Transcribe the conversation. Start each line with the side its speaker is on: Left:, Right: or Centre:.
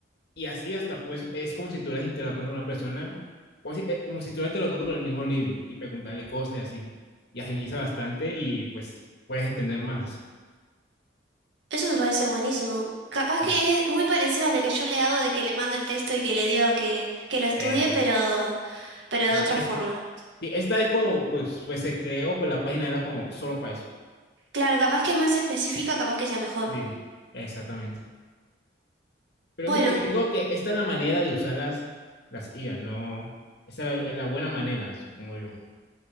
Left: Y así hasta, pues, es como si tú estuvieras interactuando con una persona, como si, eh, como si estuvieras interactuando con el mismo libro y preguntarle cosas y así. Y agiliza bastante y pues puedes entender más.
Right: eso me parece buenísimo. Capaz
Left: Sí,
Right: que es muy parecido a lo que yo le hago de que le mando el texto y que le digo que, que lo estudie,
Left: eso.
Right: pero, pero de
Left: Sí,
Right: otra
Left: este,
Right: forma.
Left: sí esta es como, pues, pues se creó, pues la página era como solo para eso.
Right: Claro, capaz que es más específica, capaz que sea mejor.
Left: Sí, exactamente. Pero
Right: Bueno,
Left: sí, yo creo que esta es la manera de usarlas, las IA, ¿no? Esa es la, la buena manera, supongo yo.